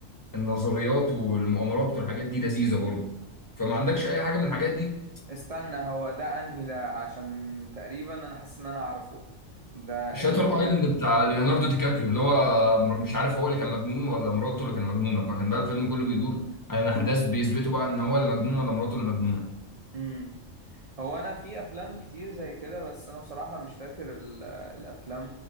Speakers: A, on the left; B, on the right.
A: النظريات والمؤامرات والحاجات دي لذيذه برضه فما عندكش اي حاجه من الحاجات دي
B: استنى هو ده انهي ده عشان تقريبا انا حاسس ان انا عارفه ده
A: شاتر
B: اللي هو بي...
A: ايلاند بتاع ليوناردو دي كابريو اللي هو مر- مش عارف هو اللي كان مجنون ولا مراته اللي كان مجنونه فكان بقى الفيلم كله بيدور على الاحداث بيثبتوا بقى ان هو اللي مجنون ولا مراته اللي مجنونه
B: مم. هو انا في افلام كتير زي كده بس انا بصراحه مش فاكر ال- آه، الافلام